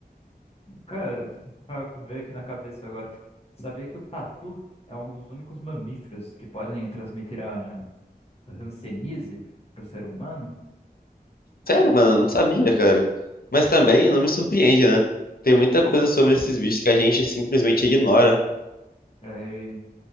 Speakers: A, on the left (about 40°); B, on the left (about 65°).
A: Cara, pra ver aqui na cabeça agora. Sabia que o tatu é um dos únicos mamíferos que podem transmitir a hanseníase para o ser humano?
B: Sério, mano, eu não sabia, cara. Mas também não me surpreende, né? Tem muita coisa sobre esses bichos que a gente simplesmente ignora.
A: É,